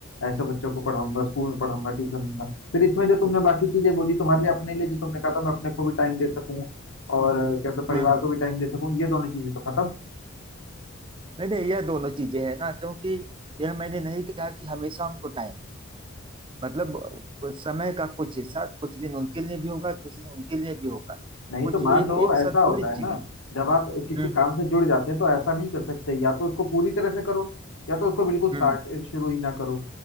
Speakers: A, on the left; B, on the right.
A: ऐसे बच्चों को पढ़ाऊंगा स्कूल में पढ़ाऊंगा ट्यूशन दूंगा फिर इसमें जो तुमने बाकी चीजें बोली तुम्हारे लिए अपने लिए जो तुमने कहा था मैं अपने को भी टाइम दे सकूं और अ, कहते हैं, परिवार
B: हम्म हम्म,
A: को भी टाइम दे सकूं ये दोनों चीजें तो खत्म
B: नहीं नहीं यह दोनों चीजें हैं ना क्योंकि यह मैंने नहीं कहा कि हमेशा उनको टाइम मतलब कुछ समय का कुछ हिस्सा कुछ दिन उनके लिए भी होगा कुछ दिन उनके लिए भी होगा
A: नहीं
B: कुछ
A: तो मान
B: एक
A: लो
B: एक संतुलित
A: ऐसा होता है
B: जीवन
A: ना जब आप किसी
B: हम्म, हम्म,
A: काम से जुड़ जाते हैं तो ऐसा नहीं कर सकते या तो उसको पूरी तरह से करो या तो उसको बिल्कुल स्टार्ट
B: हम्म,
A: शुरू ही ना करो